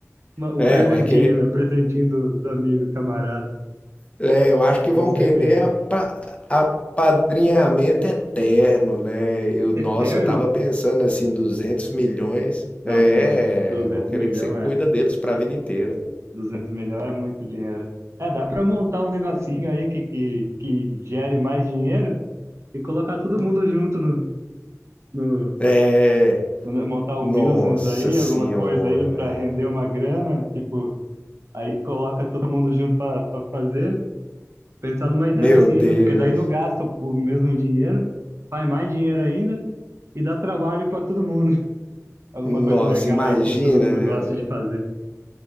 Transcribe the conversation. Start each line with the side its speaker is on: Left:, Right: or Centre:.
Right: Uma- um
Left: É,
Right: presentinho,
Left: vai querer.
Right: né? Presentinho do, do amigo, camarada.
Left: É, eu acho que
Right: Com
Left: vão
Right: certeza.
Left: querer apa- apadrinhamento eterno, né? Eu, nossa,
Right: Terno?
Left: eu tava pensando assim, 200 milhões.
Right: Não,
Left: É,
Right: pô, mas duzentos
Left: vão querer
Right: milhões
Left: que você cuida
Right: é,
Left: deles para a vida inteira.
Right: duzentos milhões é muito dinheiro. É, dá pra montar um negocinho aí que, que, que gere mais dinheiro e colocar todo mundo junto no, no,
Left: É,
Right: no- montar um
Left: nossa
Right: business aí,
Left: senhora,
Right: alguma coisa aí pra
Left: velho.
Right: render uma grana, tipo, aí coloca todo mundo junto pra pra fazer. Pensar numa ideia
Left: Meu
Right: assim,
Left: Deus.
Right: né? Porque daí não gasta o o mesmo dinheiro, faz mais dinheiro ainda e dá trabalho pra todo mundo. <laughs> Alguma
Left: Nossa,
Right: coisa legal
Left: imagina,
Right: aí que todo mundo
Left: né?
Right: gosta de fazer.